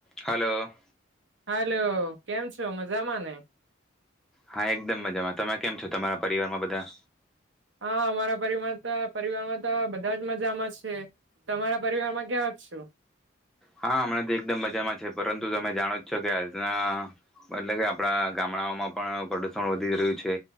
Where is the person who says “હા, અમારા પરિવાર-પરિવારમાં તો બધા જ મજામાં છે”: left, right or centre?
Right